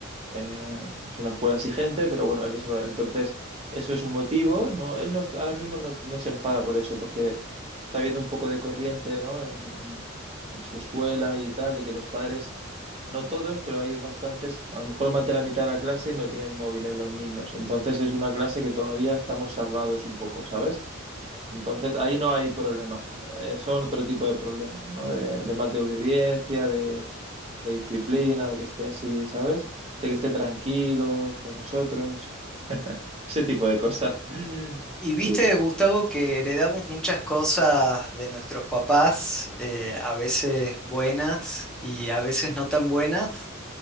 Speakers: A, on the right (about 30°); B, in the centre.
A: Eh, es una escuela exigente, pero bueno, él es una- entonces eso es un motivo, ¿no? Él no, está- ahora mismo no, no se enfada por eso, porque está habiendo un poco de corriente, ¿no? En, en- en su escuela y tal, de que los padres, no todos, pero hay bastantes, a lo mejor más de la mitad de la clase no tienen móviles los niños. Entonces es una clase que todavía estamos salvados un poco, ¿sabes? Entonces ahí no hay problema. Eh, son otro tipo de problemas, ¿no? De, de más de obediencia, de, de disciplina, de que esté así, ¿sabes? De que esté tranquilo con nosotros, ese tipo de cosas. <laughs>
B: Y viste,
A: Sí.
B: Gustavo, que heredamos muchas cosas de nuestros papás, eh, a veces buenas y a veces no tan buenas.